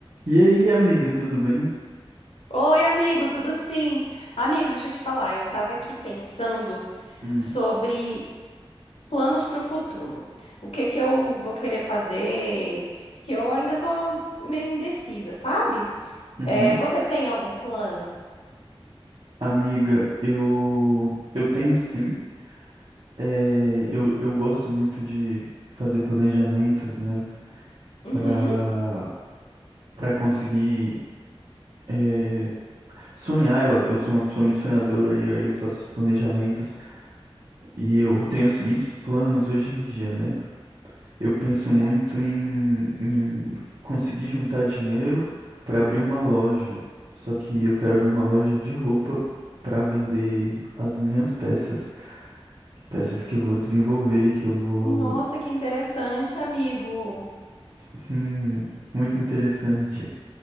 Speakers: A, on the right; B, on the left.
A: E aí, amiga, tudo bem?
B: Oi, amigo, tudo sim? Amigo, deixa eu te falar, eu tava aqui pensando
A: Hum,
B: sobre planos para o futuro. O que que eu vou querer fazer, que eu ainda tô meio indecisa, sabe?
A: uhum.
B: É, você tem algum plano?
A: Amiga, eu eu tenho sim. É, eu, eu gosto muito de fazer planejamentos, né?
B: Uhum.
A: Para para conseguir é, sonhar. Eu, ad- eu sou uma pessoa muito sonhadora e aí eu faço planejamentos. E eu tenho os seguintes planos hoje em dia, né? Eu penso muito em, em conseguir juntar dinheiro para abrir uma loja. Só que eu quero abrir uma loja de roupa para vender as minhas peças. Peças que eu vou desenvolver, que eu vou.
B: Nossa, que interessante, amigo.
A: Sim, muito interessante.